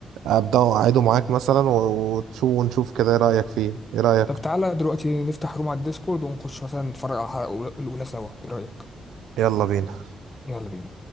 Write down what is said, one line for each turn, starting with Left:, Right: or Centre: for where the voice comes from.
Right: ابدا اعيده معاك مثلا و- وتشوف ونشوف كده ايه رايك فيه ايه رايك
Left: طب تعالى دلوقتي نفتح روم على الديسكورد ونخش مثلا نتفرج على الحلقة الأولى سوا إيه رأيك؟
Right: يلا بينا
Left: يلا بينا